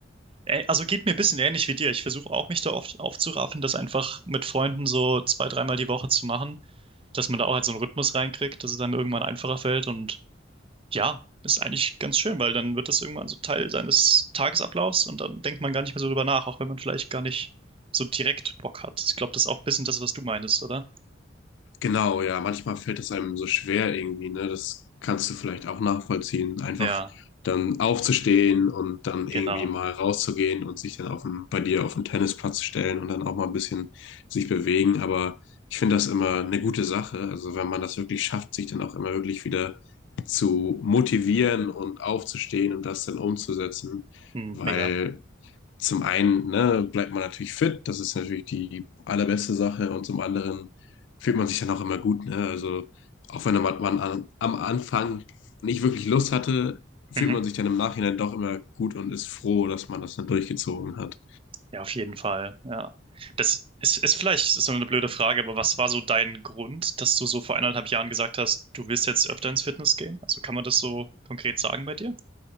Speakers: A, on the right (about 30°); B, on the left (about 65°).
A: äh, also geht mir ein bisschen ähnlich wie dir. Ich versuche auch mich da oft aufzuraffen, das einfach mit Freunden so zwei, dreimal die Woche zu machen, dass man da auch halt so einen Rhythmus reinkriegt, dass es dann irgendwann einfacher fällt und Ja, ist eigentlich ganz schön, weil dann wird das irgendwann so Teil seines Tagesablaufs und dann denkt man gar nicht mehr so drüber nach, auch wenn man vielleicht gar nicht so direkt Bock hat. Ich glaube, das ist auch ein bisschen das, was du meinst, oder?
B: Genau, ja, manchmal fällt es einem so schwer irgendwie, ne? Das kannst du vielleicht auch nachvollziehen. Einfach
A: Ja,
B: dann aufzustehen und dann irgendwie
A: genau.
B: mal rauszugehen und sich dann auf dem, bei dir auf den Tennisplatz stellen und dann auch mal ein bisschen sich bewegen. Aber ich finde das immer eine gute Sache. Also wenn man das wirklich schafft, sich dann auch immer wirklich wieder zu motivieren und aufzustehen und das dann umzusetzen.
A: Hm,
B: Weil
A: mega.
B: zum einen, ne, bleibt man natürlich fit, das ist natürlich die allerbeste Sache und zum anderen fühlt man sich dann auch immer gut, ne? Also auch wenn man, man an, am Anfang nicht wirklich Lust hatte,
A: Mhm.
B: fühlt man sich dann im Nachhinein doch immer gut und ist froh, dass man das dann durchgezogen hat.
A: Ja, auf jeden Fall. Ja. Das ist, ist vielleicht ist so eine blöde Frage, aber was war so dein Grund, dass du so vor eineinhalb Jahren gesagt hast, du willst jetzt öfter ins Fitness gehen? Also kann man das so konkret sagen bei dir?